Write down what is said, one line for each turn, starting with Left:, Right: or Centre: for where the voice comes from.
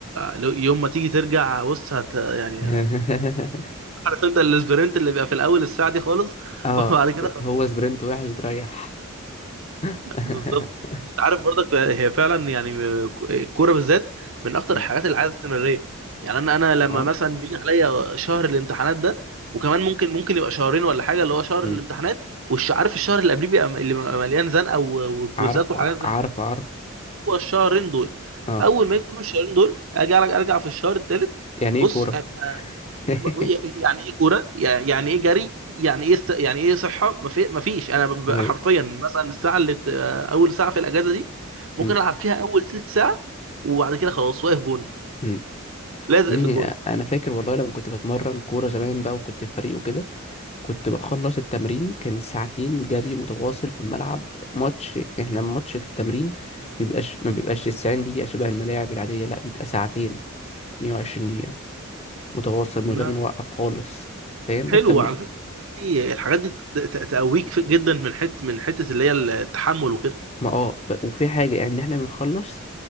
Right: لو- يوم ما تيجي ترجع بص هت... يعني
Left: <laughs>
Right: عارف انت الاسبرنت اللي بيبقى في الاول الساعة دي خالص <laughs>
Left: اه
Right: وبعد كده خلاص
Left: هو سبرنت واحد وتريح <laughs>
Right: بالظبط انت عارف برضك هي فعلا يعني الكورة بالذات من اكتر
Left: مم.
Right: الحاجات اللي عايزة استمرارية يعني انا انا لما
Left: اه
Right: مثلا بيجي عليا شهر الامتحانات ده وكمان ممكن ممكن يبقى شهرين ولا حاجة اللي هو شهر
Left: مم.
Right: الامتحانات وعارف الشهر اللي قبليه بيبقى اللي بيبقى مليان زنقة و- وكويزات
Left: عارفه
Right: وحاجات زي
Left: عارفه
Right: كده
Left: عارف
Right: هو الشهرين دول
Left: اه
Right: اول ما يجوا الشهرين دول اجي ارجع ارجع في الشهر الثالث
Left: يعني
Right: بص
Left: ايه كورة
Right: ابقى
Left: <laughs>
Right: ب- يعني ايه كوره يعني ايه جري يعني ايه است... يعني ايه صحه ما في... ما فيش انا ب... ب-
Left: ايوه
Right: حرفيا مثلا الساعه اللي بت... اول ساعه في الاجازه دي ممكن
Left: مم.
Right: العب فيها اول ثلث ساعه وبعد كده خلاص واقف جون
Left: مم.
Right: لازق
Left: يا ابني
Right: في الجون
Left: انا فاكر والله لما كنت بتمرن كورة زمان بقى وكنت في فريق وكده كنت بخلص التمرين كان ساعتين جري متواصل في الملعب ماتش احنا الماتش في التمرين مبيبقاش ما بيبقاش 90 دقيقة شبه الملاعب العادية لا بيبقى ساعتين 120 دقيقة متواصل من
Right: ما
Left: غير ما نوقف خالص فاهم
Right: حلو
Left: ده التمرين
Right: على فكره الحاجات دي الحاجات دي ت- ت- تقويك في- جدا من حته من حته اللي هي التحمل وكده
Left: ما اه ب- وفي حاجة يعني احنا بنخلص